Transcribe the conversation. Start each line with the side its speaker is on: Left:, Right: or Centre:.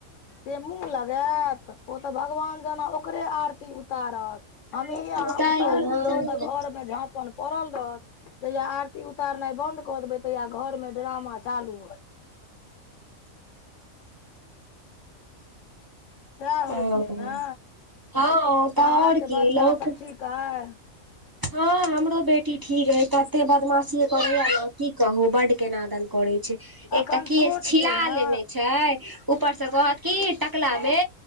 Left: से मुूँह लागत, ओ तऽ भगवान जेना ओकरे आरती उतारत।
Right: तैं
Left: हमही अहाँ उतारि
Right: ने।
Left: दियौ तऽ घर मे झाँपन पड़ल रहत। जहिया आरती उतारनाइ बंद कऽ देबै तहिया घर मे ड्रामा चालू भ जायत। सैह होइ
Right: ओ
Left: छै ने,
Right: हँ तऽ आओर
Left: अहांके
Right: की
Left: बच्चा
Right: लोक
Left: सब ठीक अछि।
Right: हँ हमरो बेटी ठीक अछि तते बदमाशी करेये ने की कहू बड केनादन करैये। एक
Left: अखन
Right: तऽ केश
Left: छोट
Right: छिला
Left: छै ने
Right: लेने छै ऊपर से कहत की टकला मे